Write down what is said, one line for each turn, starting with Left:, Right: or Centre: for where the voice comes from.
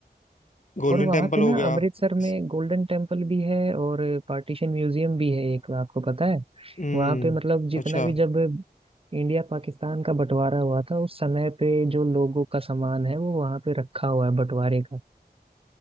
Left: गोल्डन
Right: और वहां
Left: टेम्पल
Right: पे ना
Left: हो गया
Right: अमृतसर में
Left: इस-
Right: गोल्डन टेम्पल भी है और पार्टीशन म्यूजियम भी है एक आपको पता है
Left: हम्म
Right: वहां पे मतलब जितना
Left: अच्छा
Right: भी जब इंडिया पाकिस्तान का बंटवारा हुआ था उस समय पे जो लोगों का सामान है वो वहां पे रखा हुआ है बंटवारे का